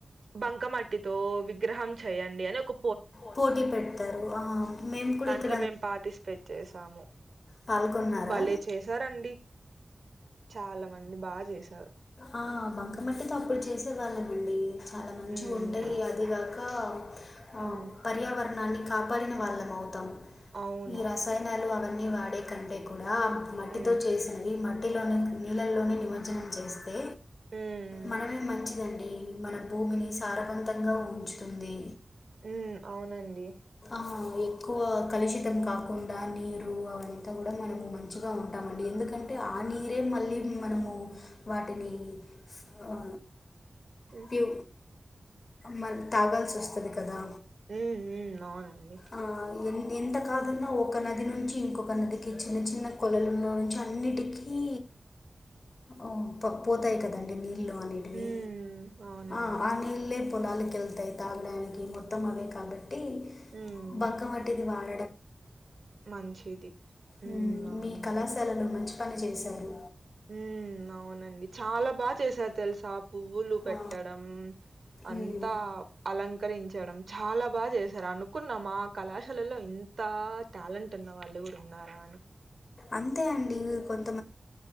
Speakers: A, on the right; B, on the left.
A: బంకమట్టితో విగ్రహం చేయండి అని ఒక
B: పోటీ పెడ్తారు ఆ మేము కూడా ఇక్క
A: ఇట్లా మేము పాటీస్పేట్ చేసాము
B: పాల్గొన్నారా
A: భలే చేశారండి చాలా మంది బా చేస్
B: ఆ బంక మట్టితో అప్పుడు చేసేవాళ్ళమండి చాలా మంచి
A: ఉమ్
B: ఉంటయ్ అదిగాకా అ
A: ఉమ్
B: పర్యావరణాన్నీ కాపాడిన వాళ్ళమవుతాం
A: అవును
B: ఈ రసాయనాలు అవన్నీ వాడే కంటే కూ లా మట్టితో
A: ఉమ్
B: చేసినవి మట్టిలో నీళ్ళల్లోనే నిమజ్జనం చేస్తే
A: ఉమ్
B: మనమే మంచిదండీ మన భూమిని సారవంతంగా ఉంచుతుంది
A: మ్ అవునండీ
B: ఆ ఎక్కువ కలుషితం కాకుండా నీరు అవంతా కూడా మనము మంచిగా ఉంటామండీ ఎందుకంటే ఆ నీరే మళ్ళీ మనము వాటినీ ఆ
A: ఉమ్
B: ప్యూ మన్ తాగాల్సొస్తది కదా
A: మ్ మ్ అవునండీ
B: ఆ, ఎన్ ఎంత కాదన్నా ఒక నది నుంచి ఇంకొక నదికి చిన్న చిన్న కొలలులో నుంచి అన్నిటికీ ఓ పో
A: ఉమ్
B: పోతాయి కదండీ నీళ్ళు అనేటివి
A: ఉమ్, అవునండి
B: ఆ ఆ నీళ్లే పొలాలకు ఎళ్తె తాగడానికి మొత్తం అవే కాబట్టి
A: ఉమ్
B: బంక మట్టిది వాడ్
A: మంచిది
B: మ్,
A: ఉ అవునండీ
B: మీ కళాశాలలో మంచి పని చేేసారు
A: ఉ అవునండి చాలా బాగా చేసారు తెలుసా పువ్వులు పెట్టడం
B: ఆ,
A: అంతా
B: మ్.
A: అలంకరించ్ చేయడం చాలా బాగా చేసారు అనుకున్నా ఆ కళాశాలలో ఇంతా టాలెంట్ ఉన్న వాళ్ళు గూడా ఉన్నారు తరాణి
B: అంతే అండి ఇ కొం